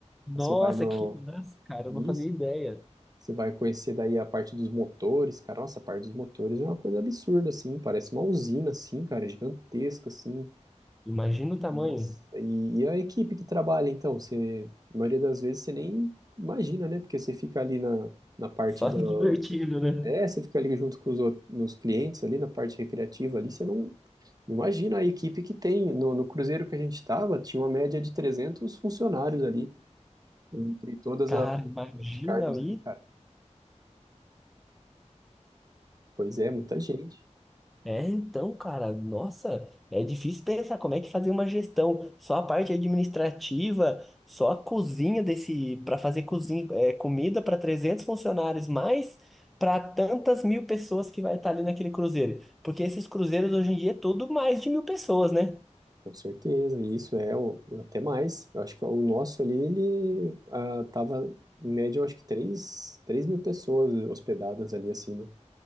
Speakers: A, in the centre; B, on the right.
A: Nossa,
B: Aí você vai no
A: que massa, cara,
B: isso,
A: eu não fazia ideia.
B: você vai conhecer daí a parte dos motores, cara. Nossa, a parte dos motores é uma coisa absurda assim, parece uma usina assim, cara, gigantesca assim.
A: Imagina o tamanho.
B: Nossa, e, e a equipe que trabalha então, você, a maioria das vezes você nem imagina, né? Porque você fica ali na na parte
A: Só
B: da,
A: <laughs>
B: do-
A: divertido, né?
B: é, você fica ali junto com os outros, nos clientes ali, na parte recreativa ali, você não, Imagina a equipe que tem. No, no cruzeiro que a gente estava, tinha uma média de 300 funcionários ali, entre todas
A: Cara,
B: a-
A: imagina
B: os cargos
A: aí
B: ali, cara. Pois é, muita gente,
A: É, então, cara, nossa, é difícil pensar como é que fazer uma gestão, só a parte administrativa, só a cozinha desse, para fazer cozinha, é, comida para 300 funcionários, mais para tantas mil pessoas que vai estar ali naquele cruzeiro, porque esses cruzeiros hoje em dia é tudo mais de mil pessoas, né?
B: com certeza. E isso é o- até mais. Eu acho que o nosso ali, ele ah, tava, em média, eu acho que três, três mil pessoas hospedadas ali, assim, não?